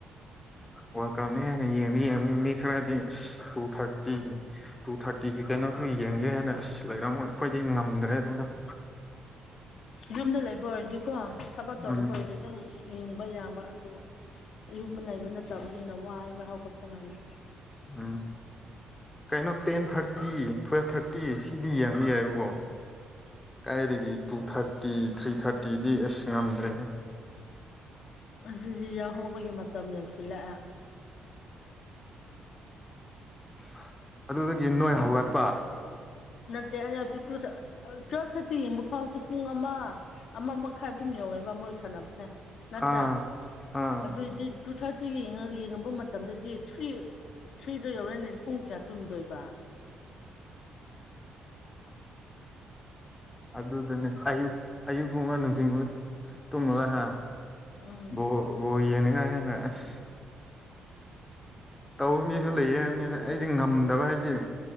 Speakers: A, on the left; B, on the left.
A: ꯋꯥꯜꯗ ꯀꯞꯅ ꯍꯦꯟꯅ ꯌꯦꯡꯅꯤ ꯌꯦꯡꯅꯤ ꯃꯤ ꯈꯔꯗꯤ ꯑꯁ ꯇꯨ ꯊꯥꯔꯇꯤꯒꯤ ꯇꯨ ꯊꯥꯔꯇꯤꯒꯤ ꯀꯩꯅꯣꯁꯨ ꯌꯦꯡꯒꯦ ꯍꯥꯏꯅ ꯑꯁ ꯂꯩꯔꯝꯒꯅꯤ ꯈꯣꯏꯗꯤ ꯉꯝꯗ꯭ꯔꯦ ꯑꯗꯨꯗꯣ <inaudible>
B: ꯌꯨꯝꯗ ꯂꯩꯕ ꯑꯣꯏꯔꯗꯤꯀꯣ ꯊꯕꯛ ꯇꯧꯗꯕ
A: ꯎꯝ
B: ꯑꯣꯏꯔꯗꯤ ꯗꯨꯝ ꯌꯦꯡꯕ ꯌꯥꯕ ꯑꯗꯨꯕꯨ ꯌꯨꯝꯕ ꯂꯩꯕ ꯅꯠꯇꯕꯅꯤꯅ ꯋꯥꯏꯕ ꯍꯧꯒꯠꯄ ꯒꯥꯟꯗ
A: ꯎꯝ ꯀꯩꯅꯣ ꯇꯦꯟ ꯊꯥꯔꯇꯤ ꯇꯨꯋꯦꯜꯐ ꯊꯥꯔꯇꯤ ꯁꯤꯗꯤ ꯌꯦꯡꯕ ꯌꯥꯏꯕꯀꯣ ꯀꯥꯏꯗꯒꯤ ꯇꯨ ꯊꯥꯔꯇꯤ ꯊ꯭ꯔꯤ ꯊꯥꯔꯇꯤꯗꯤ ꯑꯁ ꯉꯝꯗ꯭ꯔꯦꯍꯦ
B: ꯑꯖꯤꯖꯤ ꯌꯥꯎꯍꯧꯕꯒꯤ ꯃꯇꯝ ꯌꯧꯁꯤꯜꯂꯦꯑꯦ
A: ꯑꯁ ꯑꯗꯨꯗꯒꯤ ꯅꯣꯏ ꯍꯧꯒꯠꯄ
B: ꯅꯠꯇꯦ ꯑꯩꯅ ꯍꯥꯏꯕꯗꯤ ꯇꯨ ꯊꯥ ꯇꯨꯋꯦꯜꯞ ꯊꯥꯔꯇꯤ ꯌꯦꯡꯕ ꯐꯥꯎꯁꯨ ꯄꯨꯡ ꯑꯃ ꯑꯃ ꯃꯈꯥꯏ ꯑꯗꯨꯝ ꯌꯧꯋꯦꯕ ꯃꯣꯏ ꯁꯥꯟꯅꯕꯁꯦ ꯅꯠꯇ꯭ꯔꯥ
A: ꯑꯥ ꯑꯥ
B: ꯑꯗꯨꯏꯗꯤ ꯇꯨ ꯊꯥꯔꯇꯤꯒꯤ ꯌꯦꯡꯉꯒ ꯌꯦꯡꯉꯝꯕ ꯃꯇꯝꯗꯗꯤ ꯊ꯭ꯔꯤ ꯊ꯭ꯔꯤꯗ ꯌꯧꯔꯅꯤ ꯄꯨꯡ ꯀꯌꯥ ꯇꯨꯝꯗꯣꯏꯕ
A: ꯑꯗꯨꯗꯅꯦ <unintelligible> ꯑꯌꯨꯛꯒꯨꯝꯕ ꯅꯨꯡꯊꯤꯟ <unintelligible> ꯇꯨꯝꯃꯒꯥ ꯍꯥ
B: ꯎꯝ
A: ꯕꯣꯜ ꯕꯣꯜ ꯌꯦꯡꯅꯉꯥꯏ ꯍꯥꯏꯅ ꯑꯁ ꯇꯧꯕ ꯃꯤꯖꯨ ꯂꯩꯌꯦ ꯍꯥꯏꯕꯅꯤꯅ ꯑꯩꯗꯤ ꯉꯝꯗꯕ ꯍꯥꯏꯕꯗꯤ